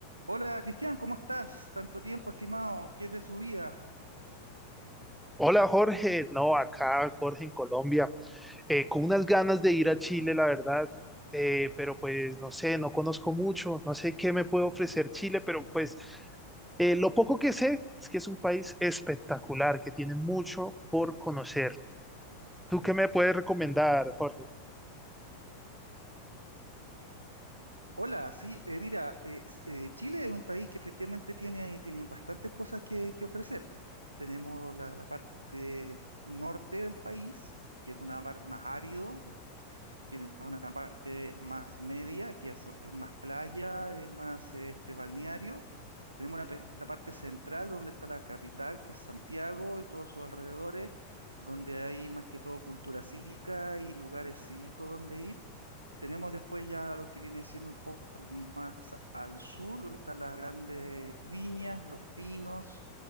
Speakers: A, on the right; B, in the centre.
A: Hola Cristian, ¿cómo estás? Tanto tiempo, estimado. ¿Qué es de su vida?
B: Hola Jorge, no, acá Jorge en Colombia, eh, con unas ganas de ir a Chile, la verdad, eh, pero pues no sé, no conozco mucho, no sé qué me puede ofrecer Chile, pero pues eh, lo poco que sé es que es un país espectacular, que tiene mucho por conocer. ¿Tú qué me puedes recomendar, Jorge?
A: Hola, sí, eh, mira, eh, s- eh, Chile es un país que efectivamente tiene, tiene bastantes cosas que, que ofrecer. Tenemos la, la parte norte del país, que es una mar- más árido, tienen una parte más media, que es, es más playa, es más este, balneario. Tenemos una pe- la parte central donde está la capital, que es Santiago y todos sus alrededores, donde hay más que todo cultura cívica y lugares cívicos donde ir. Tenemos después ya lo que viene siendo un poco más al sur, donde están las grandes viñas, los vinos,